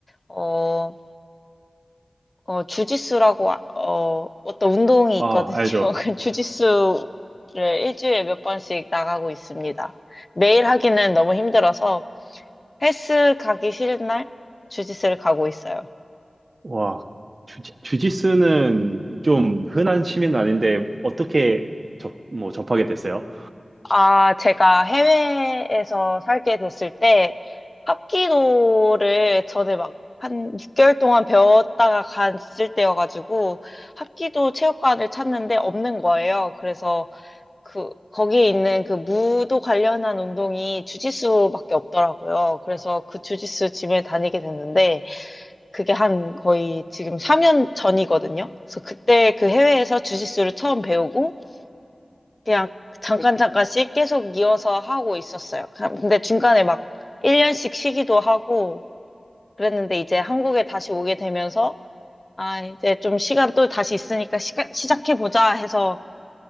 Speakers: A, on the left (about 35°); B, on the right (about 55°).
A: 어, 어, 주짓수라고, 아- 어, 어떤 운동이
B: 아,
A: 있거든요.
B: 알죠.
A: <laughs> 그 주짓수를 일주일에 몇 번씩 나가고 있습니다. 매일 하기는 너무 힘들어서 헬스 가기 싫은 날 주짓수를 가고 있어요.
B: 와, 주지, 주짓수는 좀 흔한 취미는 아닌데, 어떻게 접, 뭐 접하게 됐어요?
A: 아, 제가 해외에서 살게 됐을 때 합기도를 전에 막 한 6개월 동안 배웠다가 갔을 때여가지고 합기도 체육관을 찾는데 없는 거예요. 그래서 그 거기 있는 그 무도 관련한 운동이 주짓수밖에 없더라고요. 그래서 그 주짓수 짐을 다니게 됐는데 그게 한 거의 지금 3년 전이거든요. 그래서 그때 그 해외에서 주짓수를 처음 배우고 그냥 잠깐 잠깐씩 계속 이어서 하고 있었어요. 그냥 근데 중간에 막 1년씩 쉬기도 하고 그랬는데 이제 한국에 다시 오게 되면서 아 이제 좀 시간 또 다시 있으니까 시간 시작해 보자 해서